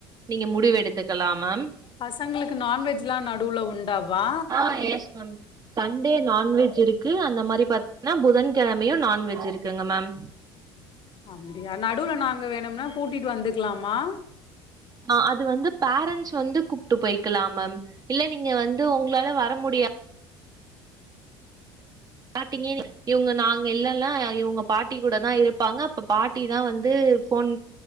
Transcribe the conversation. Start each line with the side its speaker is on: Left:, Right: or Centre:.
Right: நீங்க முடிவு எடுத்துக்கலா மேம்
Left: பசங்களுக்கு நான்வெஜ்லா நடுவுல உண் டாப்பா
Right: ஆ எஸ் மேம் சண்டே நான்வெஜ் இருக்கு அந்த மாரி பாத் னா புதன் கெழமையு நான்வெஜ் இருக்குங்க மேம்
Left: அப்டியா நடுவுல நாங்க வேணும்னா கூட்டிட்டு வந்துக்லாமா
Right: அ அது வந்து பேரண்ட்ஸ் வந்து கூப்ட்டு போய்க்லா மேம் இல்ல நீங்க வந்து உங்களால வர முடியா ஸ்டாடிங்கே இவுங்க நாங்க இல்லல்ல இவுங்க பாட்டி கூட தா இருப்பாங்க அப்ப பாட் ட்டி தா வந்து ஃபோன்